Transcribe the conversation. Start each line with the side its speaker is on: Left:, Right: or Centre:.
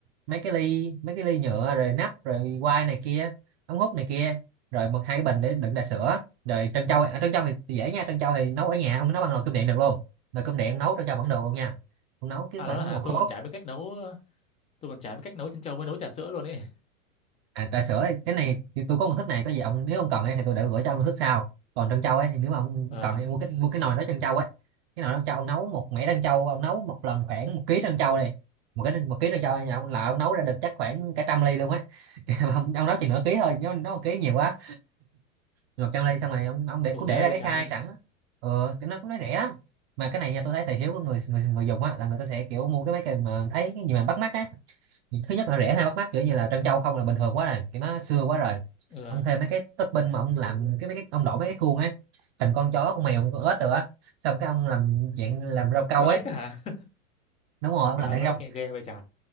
Right: mấy cái ly mấy cái ly nhựa rồi nắp rồi quai này kia ống hút này kia rồi một hai cái bình để đựng trà sữa rồi trân châu à, trân châu thì dễ nha trân châu thì nấu ở nhà ông nấu bằng nồi cơm điện được luôn nồi cơm điện nấu trân châu vẫn được luôn nha ông nấu cứ
Left: à
Right: khoảng
Left: đó là hả
Right: một hố
Left: tôi còn chả biết cách nấu tôi còn chả biết cách nấu chân trâu mới nấu trà sữa luôn ấy
Right: à, trà sữa ấy, cái này thì tôi có công thức này có gì ông nếu ông cần ấy thì tôi để gửi cho ông công thức sau còn trân châu ấy thì nếu mà ông
Left: ờ
Right: cần thì mua cái mua cái nồi đó trân châu ấy cái nồi trân châu ông nấu một mẻ trân châu ông nấu một lần khoảng một ký trân châu này một cái một ký trân châu nhà ông là ông nấu ra được chắc khoảng cả trăm ly luôn ấy <laughs> Kìa, mà ông, ông nấu chừng nửa ký thôi nếu nó một ký nhiều quá một trăm ly xong rồi ông ông để
Left: ok
Right: cứ để ra
Left: vậy
Right: cái
Left: trái
Right: khai sẵn á. ừ, cái nó cũng nó rẻ lắm mà cái này nha tôi thấy thị hiếu của người người người dùng á là người ta sẽ kiểu mua cái mấy cái mà thấy cái gì mà bắt mắt á thứ nhất là rẻ hay bắt mắt kiểu như là trân châu không là bình thường quá rồi kiểu nó xưa quá rồi
Left: ừ
Right: ông thêm mấy cái topping mà ông làm cái mấy cái ông đổ mấy cái khuôn ấy thành con chó con mèo con ếch rồi á xong cái ông làm dạng làm rau câu
Left: con
Right: ấy
Left: ếch á hả
Right: đúng rồi ông
Left: trời
Right: làm
Left: ơi
Right: dạng
Left: con
Right: rau
Left: ếch nghe ghê vậy trời